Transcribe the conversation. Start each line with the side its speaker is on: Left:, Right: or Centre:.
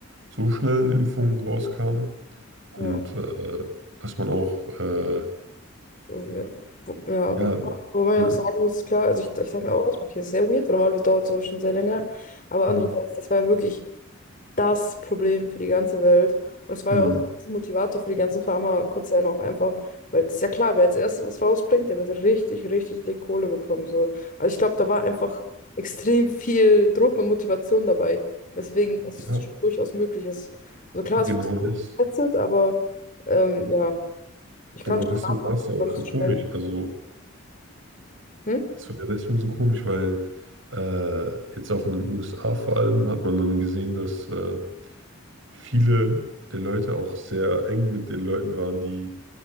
Right: so schnell eine Impfung rauskam und
Left: Ja.
Right: äh, dass man auch, äh,
Left: Oh, Ja, Wo- ja,
Right: ja,
Left: wo wo man
Right: ne,
Left: ja auch sagen muss, klar, also ich, ich dachte mir auch, erstmal, okay, das ist sehr weird, weil normalerweise dauert sowas schon sehr länger, aber andererseits,
Right: hm,
Left: das war ja wirklich, das Problem für die ganze Welt. Und es war
Right: hm,
Left: ja auch ein Motivator für die ganzen Pharmakonzerne auch einfach, weil es ist ja klar, wer als erstes was rausbringt, der wird richtig, richtig dick Kohle bekommen. So. Also ich glaube, da war einfach extrem viel Druck und Motivation dabei, weswegen es
Right: ja,
Left: durchaus möglich ist. Also klar,
Right: aber genau
Left: es wird
Right: das,
Left: getestet, aber ähm, ja, ich
Right: genau
Left: kann schon
Right: deswegen
Left: nachvollziehen,
Right: war es ja auch
Left: warum
Right: so
Left: es so
Right: komisch.
Left: schnell. geht.
Right: Also,
Left: Hm?
Right: das war ja deswegen so komisch, weil äh, jetzt auch in den USA vor allem hat man dann gesehen, dass äh, viele der Leute auch sehr eng mit den Leuten waren, die